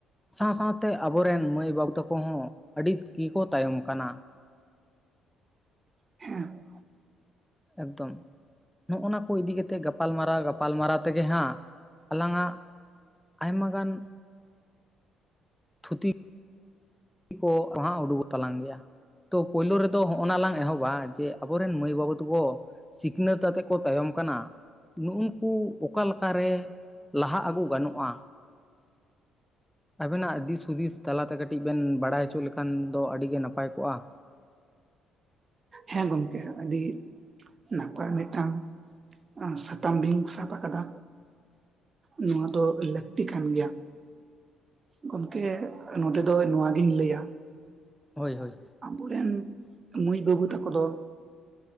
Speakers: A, in the centre; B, on the right.
A: ᱥᱟᱶ ᱥᱟᱶᱛᱮ ᱟᱵᱚᱨᱮᱱ ᱢᱟᱹᱭ ᱵᱟᱹᱵᱩ ᱛᱟᱠᱚ ᱦᱚᱸ ᱟᱹᱰᱤᱛ ᱜᱮᱠᱚ ᱛᱟᱭᱚᱢ ᱠᱟᱱᱟ᱾
B: ᱦᱮᱸ
A: ᱮᱠᱫᱚᱢ᱾ ᱱᱚᱜ-ᱚ ᱱᱟ ᱠᱚ ᱤᱫᱤ ᱠᱟᱛᱮ ᱜᱟᱯᱟᱞᱢᱟᱨᱟᱣ ᱜᱟᱯᱟᱞᱢᱟᱨᱟᱣ ᱛᱮᱜᱮ ᱦᱟᱸᱜ, ᱟᱞᱟᱝᱟᱜ ᱟᱭᱢᱟ ᱜᱟᱱ, ᱛᱷᱩᱛᱤ ᱠᱚ ᱚᱦᱟᱸᱜ ᱩᱰᱩᱠᱚᱜ ᱛᱟᱞᱟᱝ ᱜᱮᱭᱟ᱾ ᱛᱚ ᱯᱳᱭᱞᱳ ᱨᱮᱫᱚ ᱦᱚᱸᱜ-ᱚ ᱱᱟ ᱞᱟᱝ ᱮᱦᱚᱵᱟ ᱡᱮ ᱟᱵᱚᱨᱮᱱ ᱢᱟᱹᱭ ᱵᱟᱹᱵᱩ ᱛᱟᱠᱚ ᱥᱤᱠᱷᱱᱟᱹᱛ ᱟᱛᱮᱫ ᱠᱚ ᱛᱟᱭᱚᱢ ᱠᱟᱱᱟ᱾ ᱱᱩᱜ-ᱩᱱᱠᱩ ᱚᱠᱟ ᱞᱮᱠᱟᱨᱮ ᱞᱟᱦᱟᱜ ᱟᱹᱜᱩ ᱜᱟᱱᱚᱜ-ᱟ? ᱟᱵᱮᱱᱟᱜ ᱫᱤᱥ ᱦᱩᱫᱤᱥ ᱛᱟᱞᱟ ᱛᱮ ᱠᱟᱹᱴᱤᱡ ᱵᱮᱱ ᱵᱟᱲᱟᱭ ᱦᱚᱪᱚ ᱞᱮᱠᱷᱟᱱ ᱫᱚ ᱟᱰᱤ ᱜᱮ ᱱᱟᱯᱟᱭ ᱠᱚᱜ-ᱟ᱾
B: ᱦᱮᱸ ᱜᱚᱝᱠᱮ ᱟᱹᱰᱤ ᱱᱟᱯᱟᱭ ᱢᱤᱫᱴᱟᱝ ᱟ ᱥᱟᱛᱟᱢ ᱵᱤᱝ ᱥᱟᱯ ᱟᱠᱟᱫᱟ᱾ ᱱᱚᱣᱟ ᱫᱚ ᱞᱟᱹᱠᱛᱤ ᱠᱟᱱ ᱜᱮᱭᱟ᱾ ᱜᱚᱢᱠᱮ ᱱᱚᱰᱮ ᱫᱚᱭ ᱱᱚᱣᱟ ᱜᱤᱧ ᱞᱟᱹᱭᱟ᱾
A: ᱦᱳᱭ ᱦᱳᱭ᱾
B: ᱟᱵᱚ ᱨᱮᱱ ᱢᱟᱹᱭ ᱵᱟᱹᱵᱩ ᱛᱟᱠᱚ ᱫᱚ,